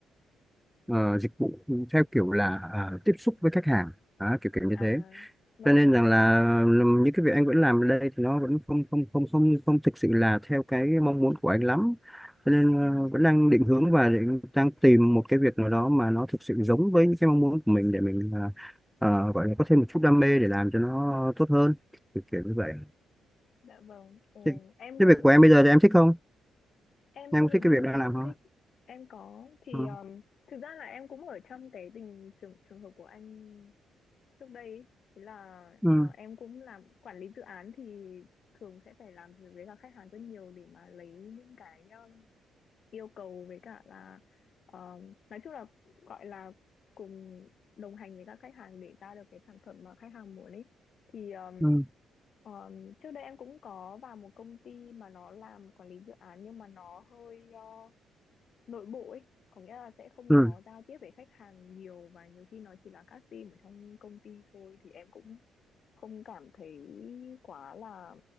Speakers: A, in the centre; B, on the left (about 55°).
A: ờ, dịch vụ theo kiểu là ờ, tiếp xúc với khách hàng Đó, kiểu kiểu như
B: à
A: thế
B: vâng
A: cho nên
B: vâng
A: rằng là ừm, những cái việc anh vẫn làm ở đây thì nó vẫn không không không không không thực sự là theo cái mong muốn của anh lắm cho nên ờ,
B: ừ.
A: vẫn đang định hướng và định, đang tìm một cái việc nào đó mà nó thực sự giống với những cái mong muốn của mình để mình ờ, ờ, gọi là có thêm một chút đam mê để làm cho nó tốt hơn kiểu kiểu như vậy
B: dạ vâng Ồ,
A: Thế,
B: em
A: thế
B: cũng
A: việc của em bây giờ thì em thích không?
B: em
A: Em
B: công
A: có
B: việc
A: thích cái
B: bây
A: việc
B: giờ em
A: đang làm
B: cũng
A: không?
B: thích em có thì
A: Ừ.
B: um, thực ra là em cũng ở trong cái tình trường trường hợp của anh trước đây ấy. Thế là
A: Ừ.
B: ờ, em cũng làm quản lý dự án thì thường sẽ phải làm việc với cả khách hàng rất nhiều để mà lấy những cái um, yêu cầu với cả là um, nói chung là gọi là cùng đồng hành với các khách hàng để ra được cái sản phẩm mà khách hàng muốn ấy thì um,
A: Ừ.
B: um, trước đây em cũng có vào một công ty mà nó làm quản lý dự án nhưng mà nó hơi ờ, nội bộ ấy có nghĩa là sẽ không
A: Ừ.
B: có giao tiếp với khách hàng nhiều và nhiều khi nó chỉ là các team ở trong công ty thôi thì em cũng không cảm thấy quá là